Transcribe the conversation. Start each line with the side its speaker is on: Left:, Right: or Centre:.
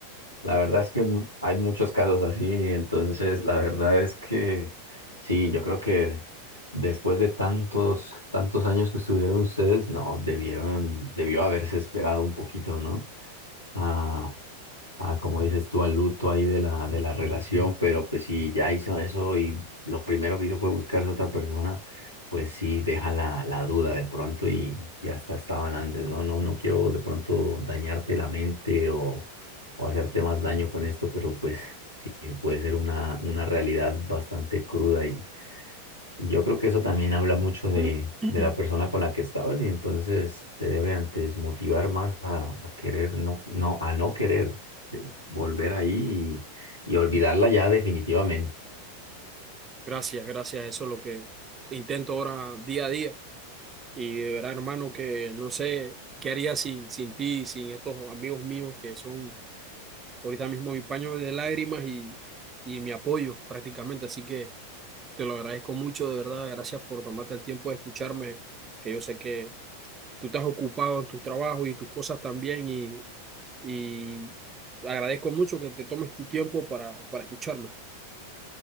Left: La verdad es que mu- hay muchos casos así, entonces la verdad es que sí, yo creo que después de tantos, tantos años que estuvieron ustedes, no, debieron, debió haberse esperado un poquito, ¿no? Ah, Ah, como dices tú, al luto ahí de la, de la relación, pero pues si ya hizo eso y lo primero que hizo fue buscarse a otra persona, pues sí deja la, la duda de pronto y, y hasta estaban antes, no, no, no quiero de pronto dañarte la mente o, o hacerte más daño con esto, pero pues sí, puede ser una, una realidad bastante cruda y, y yo creo que eso también habla mucho de,
Right: <clears throat>
Left: de la persona con la que estabas y entonces te debe antes motivar más a, a querer, no, no, a no querer eh, volver ahí y, y olvidarla ya definitivamente.
Right: Gracias, gracias, eso es lo que intento ahora día a día. Y de verdad, hermano, que no sé qué haría sin, sin ti, sin estos amigos míos que son ahorita mismo mi paño de lágrimas y, y mi apoyo prácticamente. Así que te lo agradezco mucho, de verdad. Gracias por tomarte el tiempo de escucharme, que yo sé que tú estás ocupado en tu trabajo y tus cosas también y, y agradezco mucho que te tomes tu tiempo para, para escucharme.